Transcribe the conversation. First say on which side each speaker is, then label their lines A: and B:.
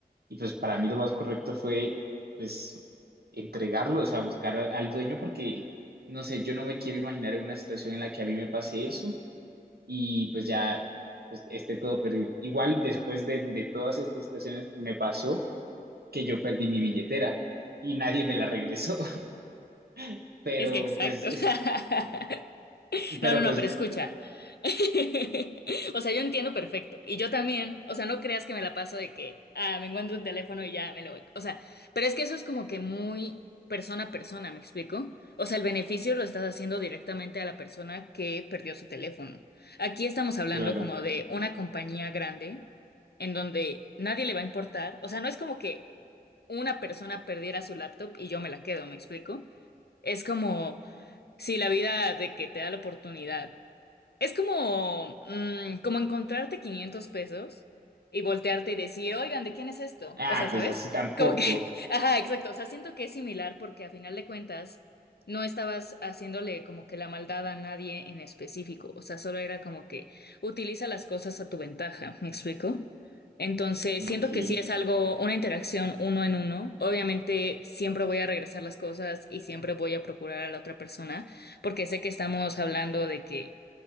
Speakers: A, on the right; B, on the left.
A: y pues para mí lo más correcto fue pues entregarlo, o sea, buscar al, al dueño porque, no sé, yo no me quiero imaginar en una situación en la que a mí me pase eso y pues ya pues, esté todo perdido. Igual después de, de todas estas situaciones me pasó que yo perdí mi billetera y nadie me la regresó, <laughs> pero
B: es que exacto.
A: pues,
B: <laughs>
A: pero
B: No, no,
A: pues,
B: no, pero escucha. <laughs> O sea, yo entiendo perfecto. Y yo también. O sea, no creas que me la paso de que, ah, me encuentro un teléfono y ya me lo voy. O sea, pero es que eso es como que muy persona a persona, ¿me explico? O sea, el beneficio lo estás haciendo directamente a la persona que perdió su teléfono. Aquí estamos hablando
A: claro.
B: como de una compañía grande en donde nadie le va a importar. O sea, no es como que una persona perdiera su laptop y yo me la quedo, ¿me explico? Es como. Sí, la vida de que te da la oportunidad. Es como, mm, como encontrarte 500 pesos y voltearte y decir, oigan, ¿de quién es esto?
A: Ah,
B: O sea,
A: pues
B: ¿sabes?
A: así tampoco.
B: Como que, <laughs> ajá, exacto. O sea, siento que es similar porque a final de cuentas no estabas haciéndole como que la maldad a nadie en específico. O sea, solo era como que utiliza las cosas a tu ventaja. ¿Me explico? Entonces,
A: Ok.
B: siento que sí es algo, una interacción uno en uno. Obviamente, siempre voy a regresar las cosas y siempre voy a procurar a la otra persona porque sé que estamos hablando de que